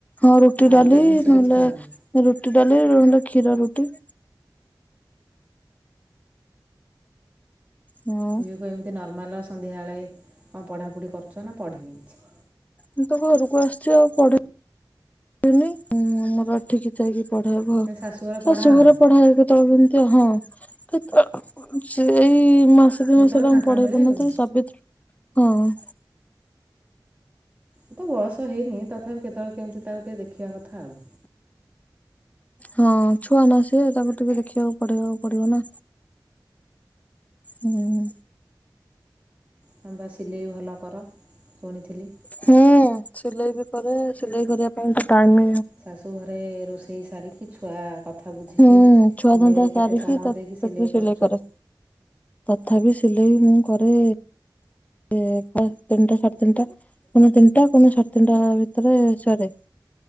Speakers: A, on the left; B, on the right.
A: ହଁ ରୁଟି ଡାଲି
B: ଅଲଗା ଜିନିଷ
A: ନହେଲେ
B: କିଛି ଖାଉନି
A: ରୁଟି ଡାଲି କ୍ଷୀର ରୁଟି। ହଁ
B: ଝିଅ କୁ ଏମିତି ନର୍ମାଲ ସନ୍ଧ୍ୟାବେଳେ କଣ ପଢ଼ାପଢ଼ି କରୁଛ ନା ପଢ଼ିନି କିଛି?
A: ମୁଁ ତ ଘରକୁ ଆସିଛି ଆଉ ପଢ଼େଇିନି ମୋର ଏଠିକି <unintelligible> ପଢ଼ିବ କଣ
B: ନା ଶାଶୁଘରେ
A: ଶାଶୁ
B: ପଢ଼ାଅ
A: ଘରେ
B: ନା
A: ପଢାଏ କେତେବେଳେ କେମିତି ହଁ <unintelligible> ସେଇ ମାସ ଦି
B: ଯେତେବେଳେ
A: ମାସ ହେଲା
B: ଫାଙ୍କା
A: ମୁଁ ପଢେଇ
B: ମିଳେ
A: ପାରୁନଥିଲି
B: ଆଉ।
A: ସାବିତ୍ରୀ। ହଁ।
B: ଏ ତ ବୟସ ହେଇନି ତଥାପି କେତେବେଳେ କେମିତି ତାକୁ ଟିକେ ଦେଖିବା କଥା ଆଉ।
A: ହଁ ଛୁଆ ନା ସିଏ ତାକୁ ଟିକେ ଦେଖିବାକୁ ପଢେଇବାକୁ ପଡିବ ନା ହୁଁ।
B: ତମେବା ସିଲେଇ ଭଲ କର ଶୁଣିଥିଲି।
A: ହୁଁ ସିଲେଇ ବି କରେ ସିଲେଇ କରିବା ପାଇଁ ତ ଟାଇମ୍
B: ଶାଶୁ ଘରେ ରୋଷେଇ ସାରିକି ଛୁଆ। କଥା ବୁଝିକି
A: ହୁଁ ଛୁଆ
B: ସିଲେଇରେ
A: ଧନ୍ଦା
B: କେତେ
A: ସାରିକି
B: ସମୟ
A: ତ
B: ଦେଇକି
A: ସେଇଥୁ
B: କରୁଛ
A: ସିଲେଇ କରେ ତଥାପି ସିଲେଇ ମୁଁ କ ରେ ତିନିଟା ସାଡେ ତିନିଟା କୋଉ ନ ତିନିଟା କୋଉ ନ ସାଢେ ତିନିଟା ଭିତରେ ସରେ